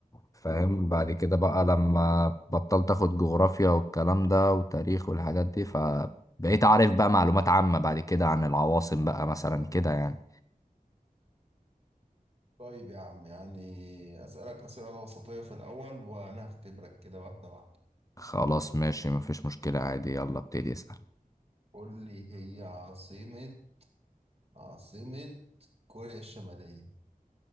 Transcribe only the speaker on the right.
طيب يا عم يعني اسالك اسئله وسطيه في الاول وانا هختبرك كده واحده واحده
قول لي هي عاصمة عاصمة كوريا الشمالية